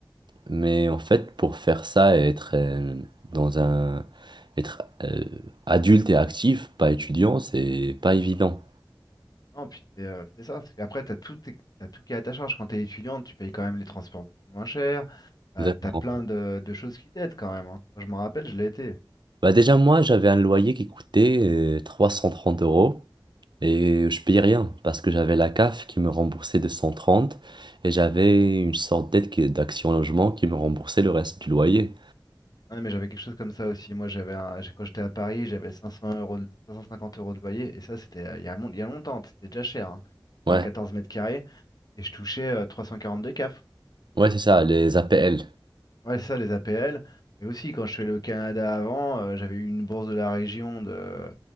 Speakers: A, on the right; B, on the left.
A: Mais en fait, pour faire ça et être euh, dans un, être euh, adulte et actif, pas étudiant, c'est pas évident.
B: Non, puis c'est euh, c'est ça. Parce qu'après, t'as tout, tes- t'as tout qui est à ta charge. Quand t'es étudiante, tu payes quand même les transports beaucoup moins cher. T'as,
A: Exactement.
B: t'as plein de, de choses qui t'aident quand même. hein. Moi, je m'en rappelle, je l'ai été.
A: Bah déjà, moi, j'avais un loyer qui coûtait euh, 330 euros et je payais rien parce que j'avais la CAF qui me remboursait 230 et j'avais une sorte d'aide qui- d'Action Logement qui me remboursait le reste du loyer.
B: Ouais, mais j'avais quelque chose comme ça aussi. Moi, j'avais un- j'ai- quand j'étais à Paris, j'avais 500 euros de- 550 euros de loyer. Et ça, c'était euh, il y a, mon- il y a longtemps. C'était déjà cher hein, pour
A: Ouais,
B: un 14 mètres carrés. Et je touchais euh, 342 CAF.
A: ouais, c'est ça, les APL.
B: Ouais, c'est ça, les APL. Et aussi, quand je suis allé au Canada avant, euh, j'avais eu une bourse de la région de,